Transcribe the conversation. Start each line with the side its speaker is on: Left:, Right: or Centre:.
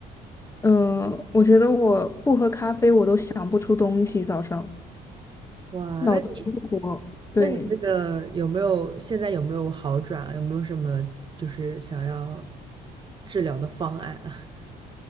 Left: 嗯、我觉得我不喝咖啡，我都想不出东西，早上
Right: 哇，
Left: 脑子都不活。
Right: 那你
Left: 对，
Right: 那你这个有没有现在有没有好转？有没有什么就是想要治疗的方案啊？<laughs>